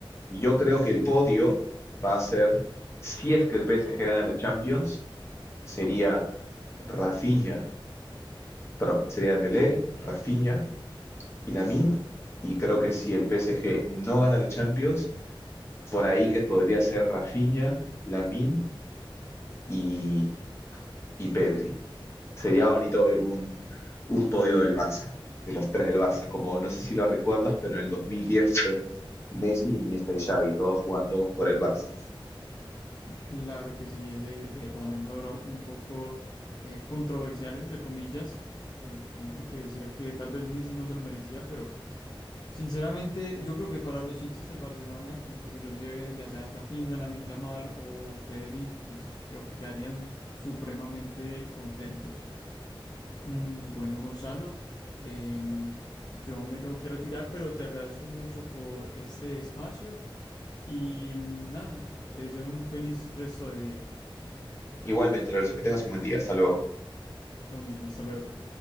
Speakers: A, on the left (about 30°); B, on the left (about 50°).
A: yo creo que el podio va a ser, si es que el PSG gana la Champions, sería Rafinha, perdón, sería Dembélé, Rafinha y Lamine. Y creo que si el PSG no gana la Champions, por ahí que podría ser Rafinha, Lamine y, y Pedri. Sería bonito ver un, un podio del Barça, de los tres del Barça, como no sé si lo recuerdas, pero en el 2010 fue Messi, Iniesta y Xavi, todos jugando por el Barça.
B: Claro que sí, ese eh, Balón de Oro un poco eh, controversial, entre comillas, que hay gente que decía que tal vez Messi no se lo merecía, pero Sinceramente, yo creo que para los hinchas del Barcelona, con que se los lleve ya sea Rafinha, Lamine Yamal o Pedri, pues creo que quedarían supremamente contentos. Mm, bueno, Gonzalo, em, yo me tengo que retirar, pero te agradezco mucho por este espacio y mm, nada, te deseo un feliz resto de día.
A: Igualmente, Lorenzo, que tengas un buen día. Hasta luego.
B: Lo mismo, hasta luego.